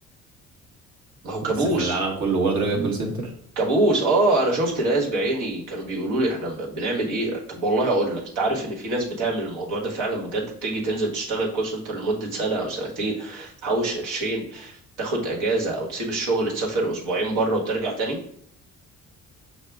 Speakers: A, on the right; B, on the right.
A: ما هو كابوس
B: تسافر العالم كله برضه راجع كول سنتر
A: كابوس اه انا شفت ناس بعيني كانوا بيقولوا لي احنا بنعمل ايه طب والله اقول لك انت عارف ان في ناس بتعمل الموضوع ده فعلا بجد بتيجي تنزل تشتغل كول سنتر لمده سنه او سنتين تحوش قرشين تاخد اجازه او تسيب الشغل تسافر اسبوعين بره وترجع تاني